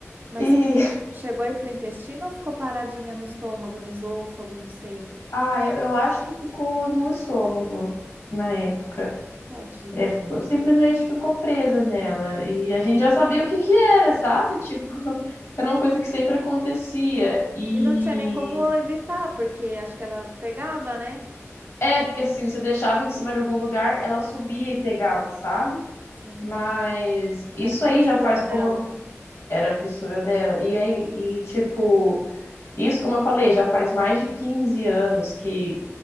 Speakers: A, on the right; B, on the left.
A: Mas
B: E <laughs>
A: chegou aí pro intestino ou ficou paradinha no estômago, no esôfago, não sei.
B: ah, eu, eu acho que ficou no estômago na época.
A: Tadinha.
B: É, ficou, simplesmente ficou presa nela. E a gente já sabia o que que era, sabe? Tipo, <laughs> era uma coisa que sempre acontecia. E
A: E não tinha nem como evitar, porque acho que ela pegava, né?
B: é, porque assim, você deixava em cima de algum lugar, ela subia e pegava, sabe?
A: Sim.
B: Mas isso
A: Era a fissura
B: aí já faz
A: dela.
B: como era a fissura dela. E aí, e tipo, isso, como eu falei, já faz mais de 15 anos que